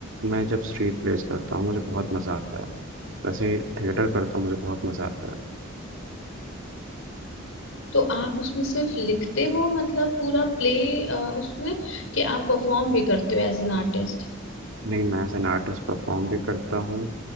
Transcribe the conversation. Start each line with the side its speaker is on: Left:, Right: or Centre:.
Right: मैं जब स्ट्रीट प्लेस करता हूँ मुझे बहुत मज़ा आता है वैसे थिएटर करता हूँ मुझे बहुत मज़ा आता है
Left: तो आप उसमें सिर्फ लिखते हो मतलब पूरा प्ले उसमें कि आप परफॉर्म भी करते हो एज एन आर्टिस्ट
Right: नहीं मैं एज एन आर्टिस्ट परफॉर्म भी करता हूँ